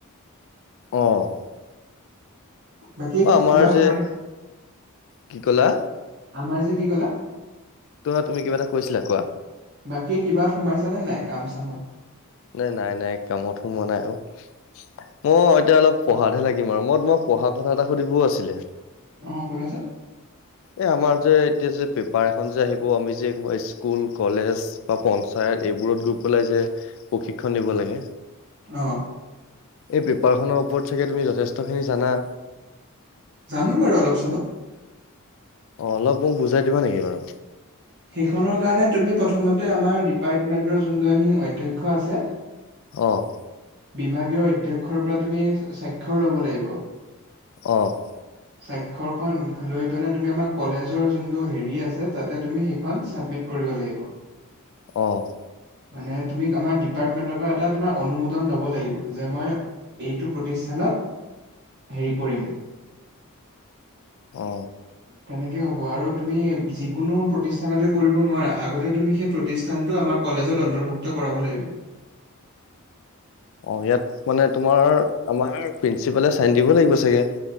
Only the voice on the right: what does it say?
বাকী
কিবা সোমাইছে,
আমাৰ যে কি ক'লা?
বাকী কিবাত সোমাইছা নে নাই কাম চামত?
অ' সোধাছোন?
অ'।
জানো বাৰু অলপ চলপ।
সেইখনৰ কাৰণে তুমি প্ৰথমতে আমাৰ ডিপাৰ্টমেণ্টৰ যোনজনী অধ্যক্ষ আছে
বিভাগীয় অধ্যক্ষৰ পৰা তুমি স্বাক্ষৰ ল'ব লাগিব।
স্বাক্ষৰ খন লৈ পেলাই তুমি আমাৰ কলেজৰ যোনটো হেৰি আছে, তাতে তুমি সেই খন চাবিমিট কৰিব লাগিব।
মানে তুমি আমাৰ ডিপাৰ্টমেণ্টৰ পৰা এটা তোমাৰ অনুমোদন ল'ব লাগিব, যে মই এইটো প্ৰতিষ্ঠানত হেৰি কৰিম।
তেনেকে হ'ব, আৰু তুমি যিকোনো প্ৰতি ষ্ঠানটো কৰিব নোৱাৰা। আগতে তুমি সেই প্ৰতিষ্ঠানটো আমাক কলেজত অন্তৰ্ভুক্ত কৰাব লাগিব।